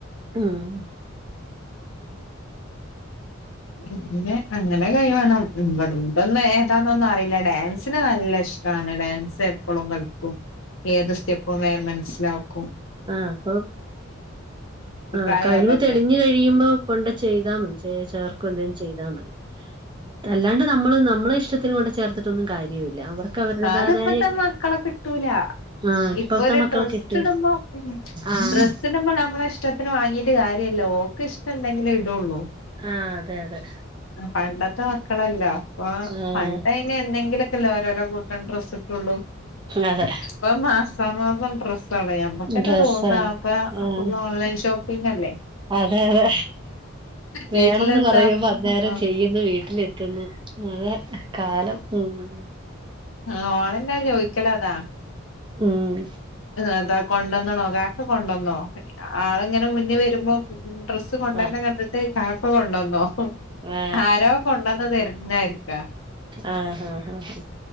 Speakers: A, on the right; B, on the left.
A: ഉം.
B: പിന്നെ അങ്ങനെ കൈ വേണം ഇന്നട്ടെ ന്നെ എന്താന്നൊന്നും അറിയില്ല ഡാൻസിന് നല്ല ഇഷ്ടാണ് ഡാൻസ് എപ്പളും കളിക്കും. ഏത് സ്റ്റെപ്പും വേം മൻസ്സിലാക്കും.
A: ആ അപ്പം
B: ഈ
A: ആ
B: പ്രായം
A: കഴിവ്
B: അതല്ലേ
A: തെളിഞ്ഞ് കഴിയുമ്പോ കൊണ്ട് ചെയ്താ മതി ചേർക്കോതെങ്കിലും ചെയ്താൽ മതി അല്ലാണ്ട് നമ്മള് നമ്മളെ ഇഷ്ട ത്തിന് കൊണ്ട് ചേർത്ത്ട്ടൊന്നും കാര്യമില്ല. അവർക്ക് അവരുടേതായ
B: അതിപ്പത്തെ
A: ഒരു
B: മക്കളെ കിട്ടൂല
A: ആഹ് ഇപ്പഴത്തെ
B: ഇപ്പൊ ഒരു
A: മക്കളൊക്കെ
B: ഡ്രസ്സ്
A: ഇട്ട്
B: ഇടുമ്പോ ഉം
A: ആഹ്
B: ഡ്രസ്സ് ഇടുമ്പോ നമ്മളെ ഇഷ്ടത്തിന് വാങ്ങീട്ട് കാര്യല്ല ഓക്ക് ഇഷ്ടണ്ടെങ്കിലേ ഇടൊള്ളൂ.
A: ആഹ് അതെ അതെ.
B: പണ്ടത്തെ മക്കളല്ല ഇപ്പ
A: ആഹ്
B: പണ്ടയ്ന് എന്നെങ്കിലൊക്കെല്ലേ ഓരോരോ കൂ ട്ടം ഡ്രസ്സ്ട്ടൊള്ളൂ.
A: അതേ
B: ഇപ്പം മാസാ മാസം ഡ്രസ്സ് ആണ് നമ്മുക്കെന്നെ
A: ഡ്രസ്സാണ്
B: തോന്ന അപ്പ
A: ആഹ്
B: അപ്പന്ന് ഓൺലൈൻ ഷോപ്പ പ്പിന്നല്ലേ.
A: അതെ അതെ. വേണന്നു
B: വീട്ടിലെത്താ
A: പറയുമ്പോ അന്നേരം
B: ആ
A: ചെയ്യുന്നു വീട്ടിലെത്തുന്നു അതെ കാലം ഉം.
B: ആ ഓളന്നെ ചോയ്ക്കലതാ.
A: ഉം
B: അതാ കൊണ്ടന്ന്‌ണോ കാക്ക കൊണ്ടോന്നോ ആള് ഇങ്ങനെ മുന്ന് വരുമ്പോ ഡ്രസ്സ് കൊണ്ടര്‌ന്ന
A: ആ
B: കണ്ടിട്ട് കാക്കാ കൊണ്ടോന്നോ
A: ആ
B: ആരോ കൊണ്ട ഒക്കെ വെര്ണാരിക്ക
A: ആഹ് ആഹ് ആഹ്.